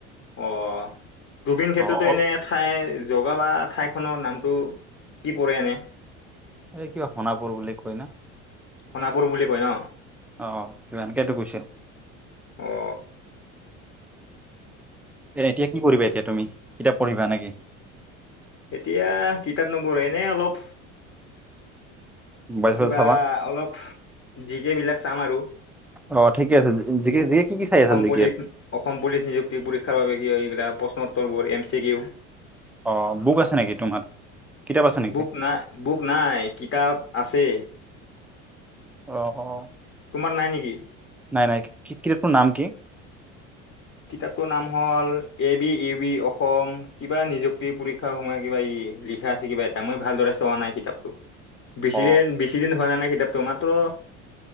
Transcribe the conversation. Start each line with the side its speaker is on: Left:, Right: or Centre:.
Left: অ ৰুবিন খেত্ৰতো
Centre: অ অল
Left: এনে ঠাই জগাাব। ঠাইখনৰ নামটো কি পৰে এনে
Centre: এই কিবা সোণাপুৰ বুলি কৈ না
Left: সোণাপুৰ বুলি কয় ন
Centre: আহ কিবা এনেকটো কৈছিল।
Left: অ
Centre: এ এতিয়া কি কৰিবা এতিয়া তুমি কিতাপ পঢ়িবা নেকি
Left: এতিয়া কিতাপ নবঢেনে অলপ
Centre: মোবাইল
Left: কিবা
Centre: চোবাইল চাবা
Left: অলপ জিকেই বিলাক চাম আৰু
Centre: অ ঠিকে আছে জি জিকে কি কি চাই
Left: অসম
Centre: আছা জিকেত
Left: পুলিচ অসম পুলিচ নিযুক্তি পৰীক্ষাৰ বাবে কি হয়িলা প্ৰশ্ন উত্তৰ বোৰ এম চি কি ইউ
Centre: অ বুক আছে নেকি তোমাৰ কিতাপ আছে নেকি
Left: বুক নাই বুক নাই কিতাপ আছে
Centre: অ অ
Left: তোমাৰ নাই নেকি?
Centre: নাই নাই কিতাপটোৰ নাম কি?
Left: কিতাপটোৰ নাম হ'ল A B U B Assam কিবা নিযুক্তি পৰীক্ষাৰ সময়ত কিবা ই লিখা আছে কিবা এটা মই ভালদৰে চোৱা নাই কিতাপটো বেছিদিন
Centre: অ
Left: বেছি দিন হোৱা নাই নাই কিতাপ ত' মাত্ৰ